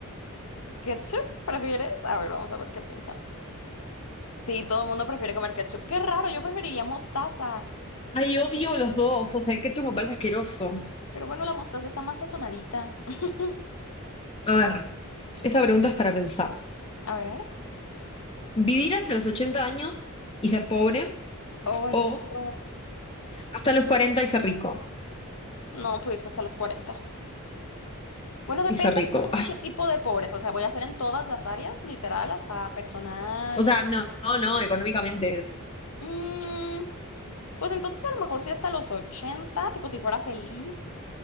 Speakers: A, on the left (about 75°); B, on the left (about 25°).
A: ¿Ketchup prefieres? A ver, vamos a ver qué piensa. Sí, todo el mundo prefiere comer ketchup. Qué raro, yo preferiría mostaza.
B: Ay, odio los dos. O sea, el ketchup me parece asqueroso.
A: Pero bueno, la mostaza está más sazonadita. <laughs>
B: A ver, esta pregunta es para pensar.
A: A ver.
B: ¿Vivir hasta los 80 años y ser pobre?
A: ¡Ay,
B: ¿O
A: qué horror!
B: hasta los 40 y ser rico?
A: No, pues hasta los 40. Bueno, depende
B: Y ser rico.
A: qué tipo,
B: Ay,
A: qué tipo de pobreza. O sea, voy a hacer en todas las áreas, literal, hasta personal
B: o sea,
A: y...
B: no, no, no, económicamente.
A: Mm, pues entonces a lo mejor sí hasta los 80, tipo si fuera feliz.